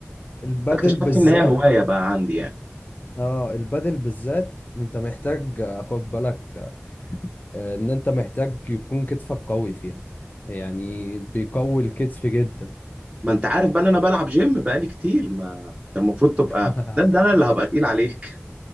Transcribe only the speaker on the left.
البدل
بالذات
اه البادل بالذات انت محتاج آه، خد بالك آه، ان انت محتاج يكون كتفك قوي فيها يعني بيقوي الكتف جدا
<laughs>